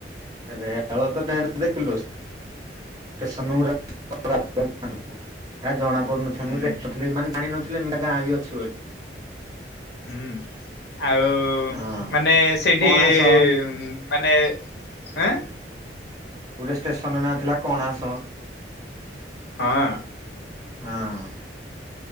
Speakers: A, on the right (about 20°); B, on the left (about 65°).
A: ରେଳ ତ ଢେର ଦେଖିଲୁ। ଷ୍ଟେସନଗୁରା <inaudible> ହେଆ ଜଣା <inaudible> ପଢୁନଥାଏ
B: ହୁଁ
A: ମୁଁ ଦେଖଥିଲି ମାନେ ଜାଣିିନଥିଲି ଏମିତିଆ ଗାଁ ବି ଅଛି ବୋଲି।
B: ହୁଁ ଆଉ
A: ହଁ
B: ମାନେ ସେଇଠି
A: କଣାସ
B: ଉଁ ମାନେ ଆଁ?
A: ଗୋଟେ ଷ୍ଟେସନ ନାଁ ଥିଲା କଣାସ।
B: ହଁ।
A: ହଁ।